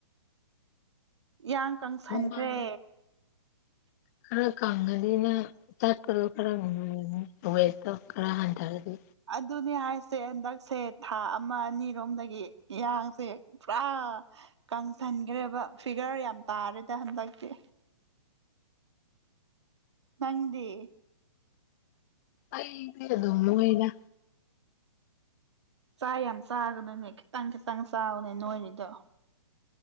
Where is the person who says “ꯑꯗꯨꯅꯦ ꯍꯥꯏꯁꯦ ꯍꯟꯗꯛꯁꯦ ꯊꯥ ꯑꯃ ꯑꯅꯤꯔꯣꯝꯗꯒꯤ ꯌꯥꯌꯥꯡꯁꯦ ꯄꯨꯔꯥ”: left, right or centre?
Right